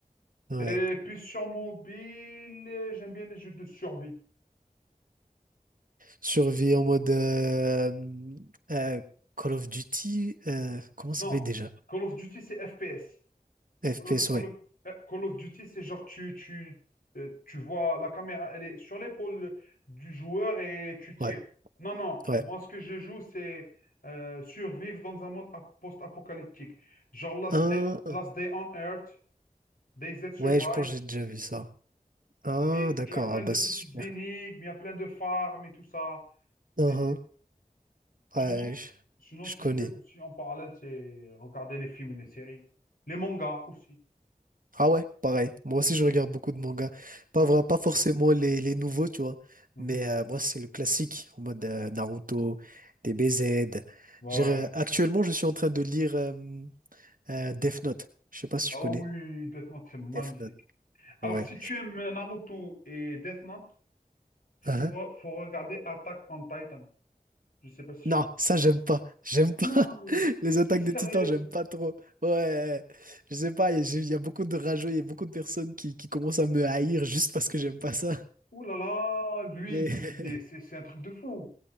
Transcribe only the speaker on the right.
Ouais.
Survie en mode euh, euh, Call of Duty, euh, comment ça
s'appelle déjà?
FPS,
ouais.
Ouais,
ouais.
Un,
ouais, je pense que j'ai déjà vu ça. Ah,
d'accord,
ah bah
c'est
super.
Un,
Ouais,
je,
je
connais.
Ah ouais, pareil. Moi aussi, je regarde beaucoup de mangas. Pas
vrai, pas forcément les, les nouveaux, tu vois.
Mais euh, moi, c'est le classique, en mode euh, Naruto, les BZ.
J'ai- Actuellement, je suis en train de lire. euh, Euh, Death Note. Je sais pas si
tu connais.
Death Note.
Ouais.
Hein?
Non,
ça, j'aime pas. J'aime
pas. <laughs> Les attaques
des titans, j'aime pas trop. Ouais. Je sais pas, il y a il y a beaucoup de rageux, il y a beaucoup de personnes qui, qui commencent à me haïr juste parce que j'aime pas ça.
Mais
<laughs>